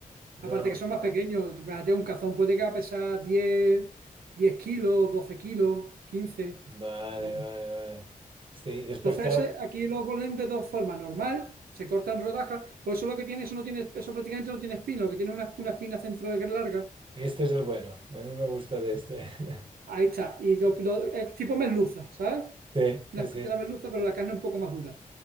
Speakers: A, on the right; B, on the right.
A: No.
B: Aparte que son más pequeños, imagínate un cazón puede que pesar diez diez kilos, 12 kilos, 15
A: Vale,
B: no más.
A: vale, vale. Sí, y después,
B: Entonces,
A: claro,
B: eh, aquí lo ponen de dos formas. Normal, se cortan rodajas, Pues eso lo que tiene, eso no tiene, eso prácticamente no tiene espina, lo que tiene es una, una espina central larga.
A: este es el bueno. A mí me gusta de este. <laughs>
B: Ahí está. Y lo- lo- es tipo merluza, ¿sabes?
A: Sí,
B: Una
A: sí,
B: especie
A: sí.
B: de la merluza, pero la carne un poco más dura.